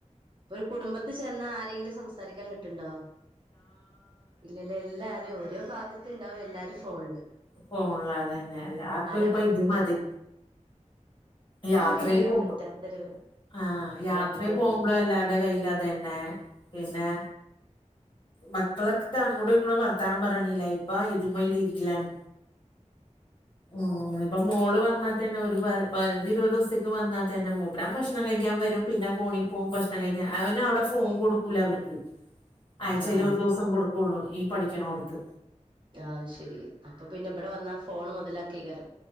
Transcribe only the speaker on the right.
ഇപ്പൊര് കുടുംബത്തി ചെന്നാ ആരെങ്കിലും സംസാരിക്കാൻ കിട്ട് ണ്ടോ ഇല്ലല്ല എല്ലാരും ഓരോ ഭാഗത്തുണ്ടാവും എല്ലാരും ഫോണില്
ആരെ
വാക്കും
കൂടി അറിയാൻ
പറ്റാത്തൊരു
സാഹചര്യാണ്
ഇപ്പൊ
ആഹ്
ആഹ് അത് ശരി അപ്പൊ പിന്നെ ഇവിടെ വന്നാ ഫോൺ മുതലാക്കേകാരം